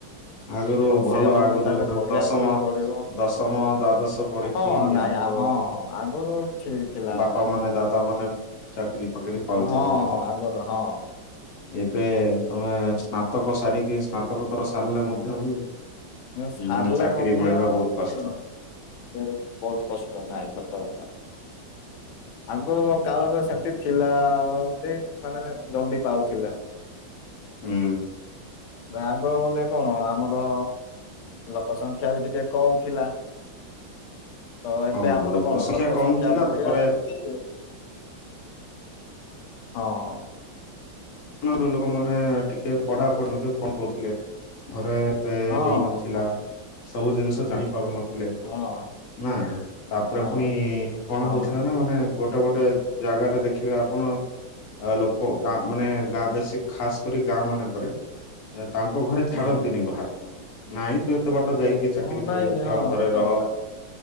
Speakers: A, on the left; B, on the left.
A: ଆଗରୁ
B: ତ
A: ଭଲ
B: ସେ ଅନୁସାରେ
A: ଆଗରୁ
B: ପଢିବାକୁ
A: ଦଶମ
B: ବି ପଡିବ।
A: ଦଶମ, ଦ୍ଵାଦଶ ପଢି
B: ହଁ ନାଇଁ
A: ଆମର
B: ହଁ ହଁ ଆଗରୁ ଠିକ ଥିଲା
A: ବାପା ମାନେ, ଦାଦା ମାନେ ଚାକିରି ଫାକିରି ପାଉଥି
B: ହଁ
A: ଭଲ।
B: ହଁ ଆଗରୁ ହଁ।
A: ଏବେ ତମେ ସ୍ନାତକ ସାରିକି ସ୍ନାତକତର ସାରିଲେ ମଧ୍ୟ ବି
B: ସାରିଲେ
A: ମାନେ ଚାକିରି
B: ମଧ୍ୟ
A: ମିଳିବା
B: ବୋ
A: ବହୁତ କଷ୍ଟ।
B: ବହୁତ କଷ୍ଟ ନାହିଁ ସତ କଥା। ଆଗରୁ କାଳର ସେମତି ଥିଲା ମାନେ ଜଲଦି ପାଉଥିଲା।
A: ହୁଁ।
B: ରାଗ ବଲେ କଣ ଆମର ଲୋକ ସଂଖ୍ୟା ବି ଟିକେ କମ ଥିଲା। ତ ଏବେ
A: ହଁ
B: ଆମର କଣ ଲୋକ
A: କମ
B: ସଂଖ୍ୟା
A: ଥିଲା
B: ବଢିବାକୁ
A: ତାପରେ
B: କିମ୍ ହଁ।
A: ଆଗରୁ ଲୋକମାନେ ଟିକେ ପଢାପଢି ମଧ୍ୟ କଣ କରୁଥିଲେ ଘରେ ଏତେ
B: ହଁ
A: ହେଇ ନଥିଲା,
B: ହଁ
A: ସବୁ ଜିନିଷ ଜାଣିପାରୁନ ଥିଲେ।
B: ହଁ
A: ନା ତାପରେ
B: ହଁ
A: ପୁଣି କଣ
B: ହଁ
A: ହଉଥିଲା ନା ମାନେ ଗୋଟେ ଗୋଟେ ଜାଗାରେ ଦେଖିବେ ଆପଣ ଲୋକ ଗା ମାନେ ଗାଁ ବେଶୀ ଖାସ କରି ଗାଁ ମାନଙ୍କରେ ତାଙ୍କ ଘରେ ଛାଡ଼ନ୍ତିନି
B: ଆଜ୍ଞା
A: ବାହାରେ। ନାଇଁ ତୁ ଏତେ ବାଟ ଯାଇକି ଚାକିରି
B: ହଁ ନାଇଁ
A: କରିବୁ କି
B: ହଁ
A: ଆଉ ଘରେ
B: ସତ
A: ରହ।
B: କଥା